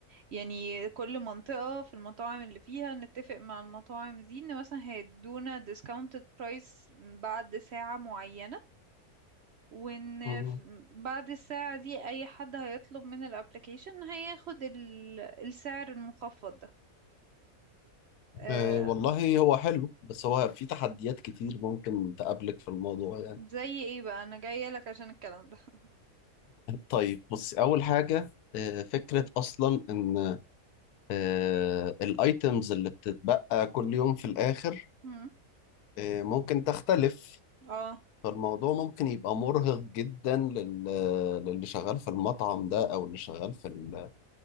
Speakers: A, on the right; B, on the left.
A: يعني كل منطقة في المطاعم اللي فيها نتفق مع المطاعم دي ان مثلا هيدونا discounted price بعد ساعة معينة وان
B: مم.
A: ف- بعد الساعة دي اي حد هيطلب من الابليكيشن هياخد ال- السعر المخفض ده آه
B: آه والله هو حلو بس هو في تحديات كتير ممكن تقابلك في الموضوع يعني
A: زي ايه بقى انا جاية لك عشان الكلام ده <laughs>
B: طيب بص اول حاجه آه، فكرة أصلا إن آه، الايتمز اللي بتتبقى كل يوم في الاخر
A: مم.
B: آه، ممكن تختلف
A: اه
B: فالموضوع ممكن يبقى مرهق جدا لل- للي شغال في المطعم ده او اللي شغال في ال-